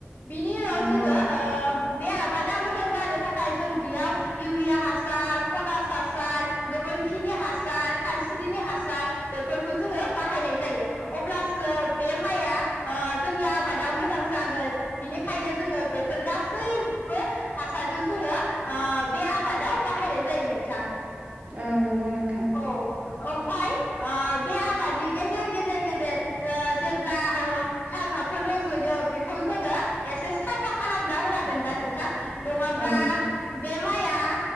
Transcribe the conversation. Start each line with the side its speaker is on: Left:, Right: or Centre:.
Left: बिनि उनाव
Right: नंगौ
Left: जोङो ओ बे आबादा मोजां जानो थाखाय जों बेयाव इउरिया हासार पटास हासार गोबोरखिनि हा सार खानस्रिनि हासार बेफोरखौ जोङो बाहायनाय जायो अब्लासो बे माइया ओ जोंनि आबादा मोजां जागोन बिनिखायनो जोङो बेफोर गासैबो हासारखौ जोङो ओ बे आबादाव बाहायनाय जायो नोंथां
Right: औ नंगौ नोंथां
Left: औ ओमफाय ओ बे आबादनि गेजेर गेजेर गेजेर ओ जेब्ला ओ हाग्राफोर रज'यो बेखौ जोङो एसे साफा खालामना होनांगोन ना नोंथां नङाब्ला
Right: औ
Left: बे माइया